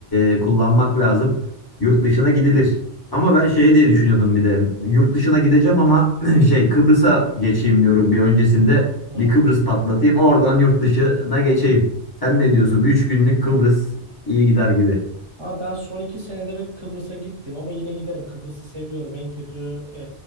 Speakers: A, on the left; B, on the right.
A: e, kullanmak lazım. Yurt dışına gidilir. Ama ben şey diye düşünüyordum bir de. Yurt dışına gideceğim ama <clears throat> şey Kıbrıs'a geçeyim diyorum bir öncesinde.
B: Hı hı.
A: Bir Kıbrıs patlatayım oradan yurt dışına geçeyim. Sen ne diyorsun? üç günlük Kıbrıs iyi gider gibi.
B: Abi ben son iki senedir hep Kıbrıs'a gittim ama yine giderim. Kıbrıs'ı seviyorum. En kötü e,